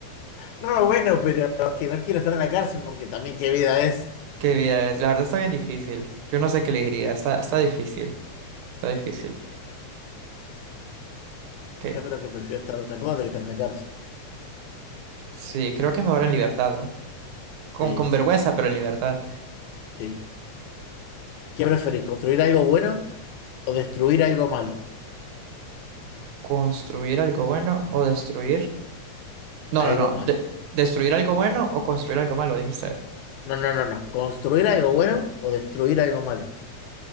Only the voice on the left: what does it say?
No, bueno, pero es que no quiero estar en la cárcel porque también qué vida es.
Yo creo que prefiero estar desnudo que estar en la cárcel.
Sí,
sí, sí,
sí. ¿Qué preferís? ¿Construir algo bueno o destruir algo malo?
Algo
malo.
No, no, no, no. ¿Construir algo bueno o destruir algo malo?